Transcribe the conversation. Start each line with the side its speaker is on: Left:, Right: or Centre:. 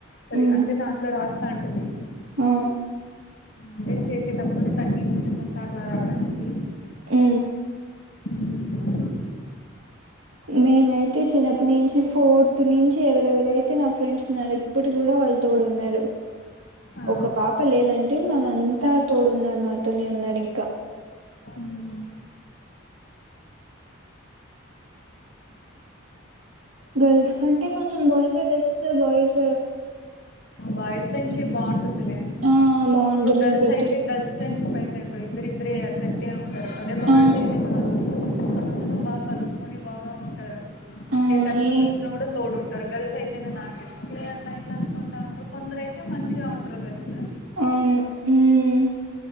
Left: మరి
Right: మ్మ్
Left: అంటే దాంట్లో రాస్ అంటు మీ
Right: ఆ
Left: అదే చేసేటప్పుడు తగ్గించుకుంటారులా రావడానికి
Right: ఏ
Left: మ్మ్
Right: మేమైతే చిన్నప్పటి నుంచి ఫోర్త్ నుంచి ఎవరెవరైతే నా ఫ్రెండ్స్ ఉన్నారు ఇప్పుడు కూడా వాళ్ళు తోడు ఉన్నారు
Left: ఆ
Right: ఒక పాప లేదంటే మళ్ళ అంతా తోడు ఉన్నారు నాతోనే ఉన్నారు ఇంకా
Left: మ్మ్
Right: గర్ల్స్ కంటే కొంచెం బాయ్స్ బస్ట్ బాయస్
Left: బాయ్స్ ఫ్రెండ్షిప్ బాగుంటుందిలే
Right: ఆ బాగుంటుంది
Left: ఇప్పుడు గర్ల్స్
Right: ప్రతి
Left: అయితే గర్ల్స్ ఫ్రెండ్స్ చపాయ్ధనుకో ఇద్దరు ఇద్దరే అట్ల అట్ల అంతే ఉంటారు అదే బాయస్
Right: ఆ
Left: అయితే నా అంతను బాగా కలుపుకొని బాగా ఉంటారు
Right: ఆ
Left: ఏ కష్టం
Right: ఏం
Left: వచ్చినా కూడా తోడున్ తొరగల్స్ అయితేన నాకు ఎందుకు అట్లా ఎట్లా అనుకుంటండ్రు కొందరు అయితే మంచిగా ఉంటారు గలిసి
Right: అవును ఉమ్